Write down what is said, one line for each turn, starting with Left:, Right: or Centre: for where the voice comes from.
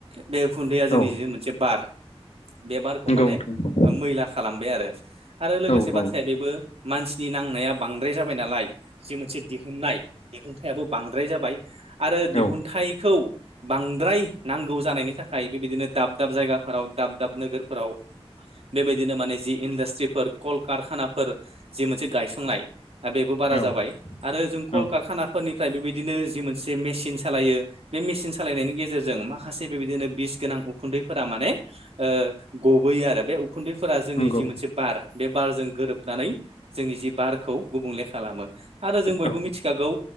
Right: बे उखुन्दैया जोंनि
Left: औ
Right: जि मोनसे बार बे बारखौ
Left: नंगौ
Right: माने
Left: नोंथां
Right: मैला खालामबाय आरो आरो लोगोसे
Left: औ
Right: बाथ्राया
Left: औ
Right: बेबो मानसिनि नांनाया बांद्राय जाबाय नालाय जि मोनसे दिहुननाय दिहुनथायाबो बांद्राय जाबाय। आरो
Left: औ
Right: दिहुनथाइखौ बांद्राय नांगौ जानायनि थाखाय बेबायदिनो दाब दाब जायगाफोराव दाब दाब नोगोरफोराव बेबायदिनो माने जि इन्डास्ट्रिफोर कल कारखानाफोर जि मोनसे गायसंनाय दा बेबो
Left: औ
Right: बारा जाबाय आरो जों कल
Left: औ
Right: कारखाना फोरनिफ्राय बेबायदिनो जि मोनसे मेचन सालायो बे मेसिन सालायनायनि गेजेर जों माखासे बेबायदिनो बिस गोनां उखुनदैफोरा माने ओ गबोयो आरो बे उखुनदैफोरा जोंनि
Left: नंगौ
Right: जि मोनसे बार बे बारजों गोरोबनानै जोंनि जि बारखौ गुबुंले खालामो आरो जों बयबो
Left: औ
Right: मिथिखागौ